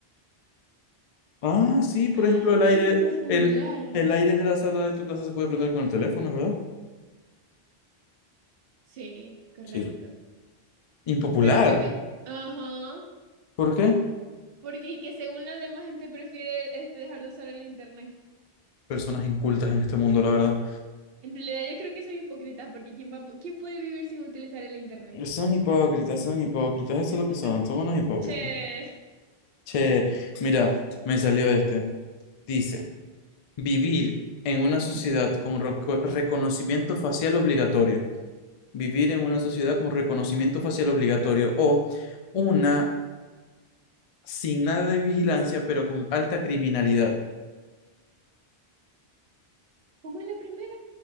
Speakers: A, on the left; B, on the right.
A: Ah, sí, por ejemplo,
B: Ay,
A: el aire,
B: impopular.
A: el, el aire de la sala de tu casa se puede prender con el teléfono, ¿verdad?
B: Sí, correcto.
A: Sí. Impopular.
B: Pero supir, ajá,
A: ¿Por qué?
B: porque que según la demás gente prefiere este dejar de usar el internet.
A: Personas incultas en este mundo, la verdad.
B: En realidad yo creo que son hipócritas porque quién va, a pu- quién puede vivir sin utilizar el internet.
A: Son hipócritas, son hipócritas, eso
B: <laughs>
A: es lo que son, son unos hipócritas.
B: Che.
A: Che, mira, me salió
B: Che.
A: este. Dice, vivir en una
B: Ujú.
A: sociedad con roco- reconocimiento facial obligatorio. vivir en una sociedad con reconocimiento facial obligatorio o una sin nada de vigilancia pero con alta criminalidad.
B: ¿Cómo es la primera?